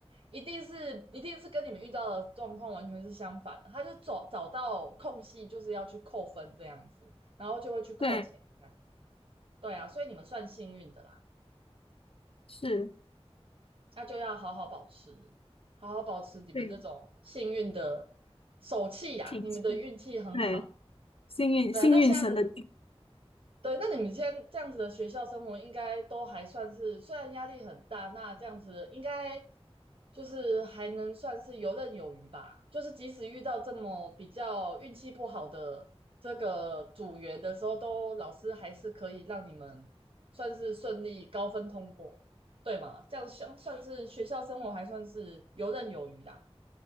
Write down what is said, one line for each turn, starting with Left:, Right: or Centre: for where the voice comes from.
Right: 一定是一定是跟你们遇到的状况完全是相反的，他就找找到空隙，就是要去扣分这样子，然后就会去扣钱这样。
Left: 对，
Right: 对啊，所以你们算幸运的啦，
Left: 是，
Right: 那就要好好保持，好好保持你们这种幸运的
Left: 对，
Right: 手气呀、
Left: 挺
Right: 你们的运气很好。
Left: 对，幸运幸运神的。
Right: 对啊，那现在的对，那你们现在这样子的学校生活，应该都还算是，虽然压力很大，那这样子应该就是还能算是游刃有余吧。就是即使遇到这么比较运气不好的这个组员的时候，都老师还是可以让你们算是顺利高分通过，对吗？这样想算是学校生活还算是游刃有余啦。